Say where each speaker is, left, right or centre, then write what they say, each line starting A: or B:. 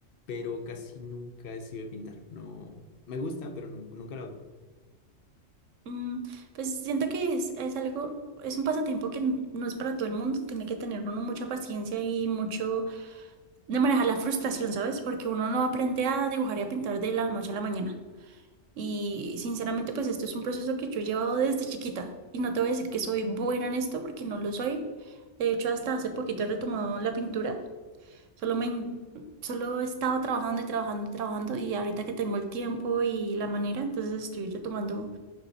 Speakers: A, on the left; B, on the right.
A: Pero casi nunca he sido de pintar. No, me gusta, pero nun- nunca, lo hago.
B: Mm, pues siento que es, es algo, es un pasatiempo que n- no es para todo el mundo, tiene que tener uno mucha paciencia y mucho de manejar la frustración, ¿sabes? Porque uno no aprende a dibujar y a pintar de la noche a la mañana. Y sinceramente, pues esto es un proceso que yo he llevado desde chiquita. Y no te voy a decir que soy buena en esto porque no lo soy. De hecho, hasta hace poquito he retomado la pintura. Solo me, in- solo he estado trabajando y trabajando y trabajando. Y ahorita que tengo el tiempo y la manera, entonces estoy retomando